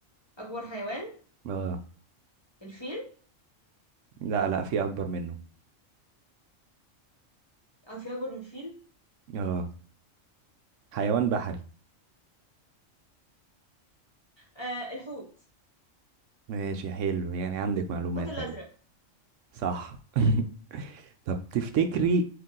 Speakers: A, on the left; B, on the right.
A: اكبر حيوان
B: اه
A: الفيل
B: لا لا في اكبر منه
A: اه في اكبر من الفيل
B: اه حيوان بحري
A: آه الحوت
B: ماشي حلو يعني عندك معلومات
A: الحوت الازرق
B: اهو صح <laughs> طب تفتكري